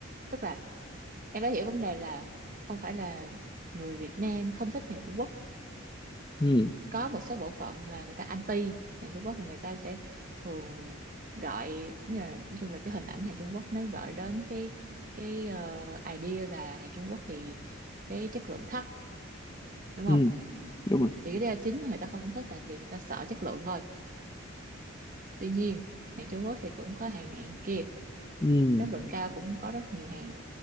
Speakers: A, on the right; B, on the left.
A: tức là em phải hiểu vấn đề là không phải là người Việt Nam không thích hàng Trung Quốc
B: ừm,
A: có một số bộ phận là người ta anti hàng Trung Quốc và người ta sẽ thường gọi nghĩa là, nói chung là cái hình ảnh hàng Trung Quốc nó gợi đến cái cái ờ, idea là hàng Trung Quốc thì cái chất lượng thấp đúng
B: ừm,
A: không
B: đúng rồi
A: thì cái lý do chính mà người ta không thích là vì người ta sợ chất lượng thôi tuy nhiên hàng Trung Quốc thì cũng có hàng này hàng kia
B: Ừ.
A: chất lượng cao cũng có rất nhiều hàng